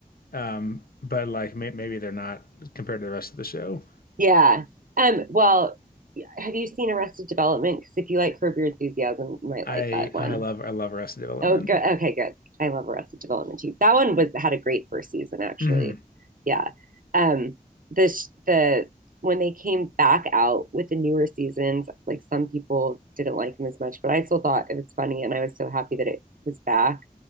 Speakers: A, on the left; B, on the right.
A: Um, but like may, maybe they're not compared to the rest of the show.
B: <laughs> yeah. Um, well, yeah, have you seen Arrested Development? Because if you like Curb Your Enthusiasm, you might
A: I
B: like that one.
A: I love I love Arrested Development.
B: Oh, good. Okay, good. I love Arrested Development too. That one was had a great first season, actually.
A: hmm
B: Yeah. Um, the the when they came back out with the newer seasons, like some people didn't like them as much, but I still thought it was funny, and I was so happy that it was back.